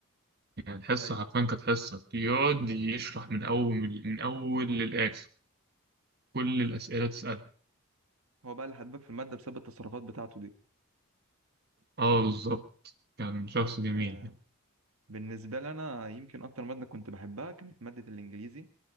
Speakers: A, on the right; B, on the right.
A: يعني الحصة
B: ايوه
A: حرفيا كانت حصة يقعد يشرح من أول من أول للآخر كل الأسئلة تسألها
B: هو بقى اللي حببك في الماده بسبب التصرفات بتاعته دي
A: اه بالظبط كان شخص جميل
B: أه
A: يعني.
B: بالنسبه لي انا يمكن اكتر ماده كنت بحبها كانت ماده الانجليزي